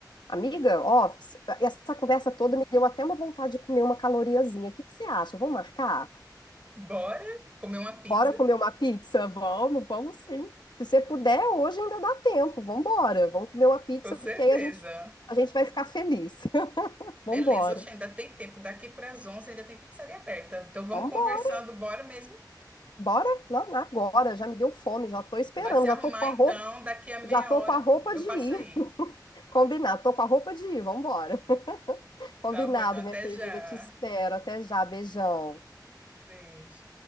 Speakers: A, on the left; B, on the right.
A: Amiga, ó, essa conversa toda me deu até uma vontade de comer uma caloriazinha. O que que você acha? Vamos marcar?
B: bora comer uma pizza?
A: Bora comer uma pizza? Vamos, vamos sim. Se você puder, hoje ainda dá tempo. Vamos embora. Vamos comer uma pizza,
B: Com certeza.
A: porque aí a gente, a gente vai ficar feliz. <laughs>
B: Beleza,
A: Vamos embora.
B: oxe, ainda tem tempo. Daqui para as 11 ainda tem pizzaria aberta. Então vamos
A: Vamos
B: conversando,
A: embora.
B: bora mesmo.
A: Bora? Não, agora. Já me deu fome, já tô esperando,
B: Vai se
A: já
B: arrumar
A: tô com a
B: então.
A: roupa,
B: Daqui a meia
A: já tô
B: hora
A: com a roupa
B: eu
A: de
B: passo
A: ir.
B: aí.
A: <laughs> Combinado. Tô com a roupa de ir. Vamos embora. <laughs> Combinado,
B: Tá bom, então até
A: minha querida.
B: já.
A: Te espero. Até já. Beijão.
B: Beijo.